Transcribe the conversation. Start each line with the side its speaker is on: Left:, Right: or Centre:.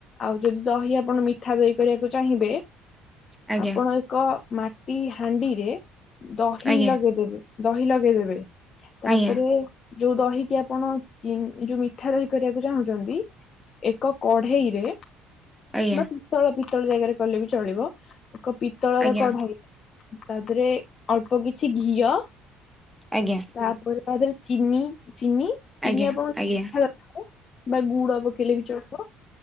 Left: ଆଉ ଯଦି ଦହି ଆପଣ ମିଠା ଦହି କରିବାକୁ ଚାହିଁବେ
Centre: ଆଜ୍ଞା ଆଜ୍ଞା
Left: ଆପଣ ଏକ ମାଟି ହାଣ୍ଡିରେ ଦହି
Centre: ଆଜ୍ଞା
Left: ଲଗେଇଦେ ଦହି ଲଗେଇଦେବେ ତାପରେ
Centre: ଆଜ୍ଞା
Left: ଯୋଉ ଦହିକି ଆପଣ ଚିନି ଯୋଉ ମିଠା ଦହି କରିବାକୁ ଚାହୁଁଛନ୍ତି ଏକ କଢେଇରେ
Centre: ଆଜ୍ଞା
Left: ବା ପିତ୍ତଳ ପିତ୍ତଳ ଜାଗାରେ କଲେ ବି ଚଳିବ ଏକ ପିତ୍ତଳର
Centre: ଆଜ୍ଞା
Left: କଢାଇରେ ତା ଦେହରେ ଅଳ୍ପ କିଛି ଘିଅ
Centre: ଆଜ୍ଞା।
Left: ତାପରେ ତା ଦେହରେ ଚିନି ଚିନି,
Centre: ଆଜ୍ଞା
Left: ଚିନି ଆପଣ
Centre: ଆଜ୍ଞା
Left: <inaudible> ବା ଗୁଡ ପକେଇଲେ ବି ଚଳିବ।